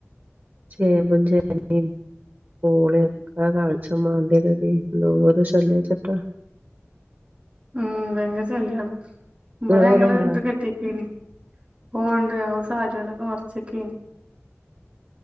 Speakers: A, on the right (about 40°); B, on the right (about 25°).
A: ചേമ്പും ചേനേം പൂളയക്കെ കായ്ച്ചു മാന്തി എന്തോ ഒരു ശല്യ ചട്ടാ
B: ഉം ഭയങ്കര ശല്യണ് ഇവിടെ
A: നിങ്ങളവിടെ
B: ഞങ്ങള്
A: ഇണ്ടാ
B: ഇത് കെട്ടിക്കേൻ ഓ ഉണ്ട് ഞങ്ങള് സാരി ണ്ടൊക്കെ മറിച്ചക്കേനി